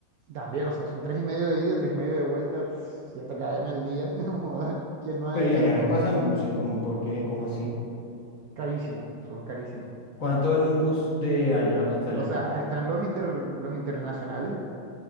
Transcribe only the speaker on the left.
Pero y allá no pasan buses, ¿cómo, por qué? ¿Cómo así?
¿Cuánto vale un bus de allá hasta allá?